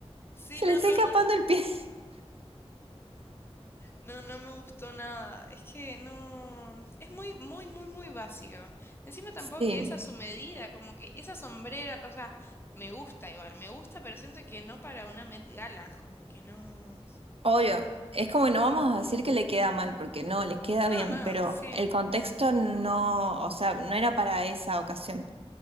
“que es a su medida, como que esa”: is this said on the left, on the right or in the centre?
Left